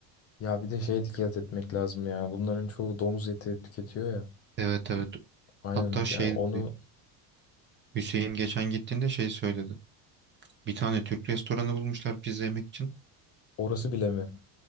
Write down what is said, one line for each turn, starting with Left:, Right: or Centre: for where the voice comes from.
Left: Ya bir de şeye dikkat etmek lazım ya. Bunların çoğu domuz eti tüketiyor ya.
Right: Evet evet.
Left: Aynen
Right: Hatta şey
Left: ya onu
Right: dedi. Hüseyin geçen gittiğinde şey söyledi. Bir tane Türk restoranı bulmuşlar pizza yemek için.
Left: orası bile mi?